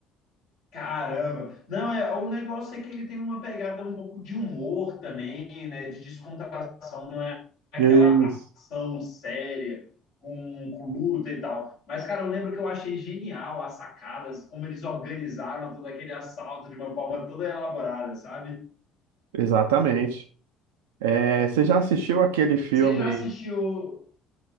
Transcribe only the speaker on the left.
Caramba! Não, é, o negócio é que ele tem uma pegada um pouco de humor também, né? De descontração, não é aquela
ação séria com, com luta e tal. Mas, cara, eu lembro que eu achei genial as sacadas, como eles organizaram todo aquele assalto de uma forma toda elaborada, sabe?
Você já assistiu.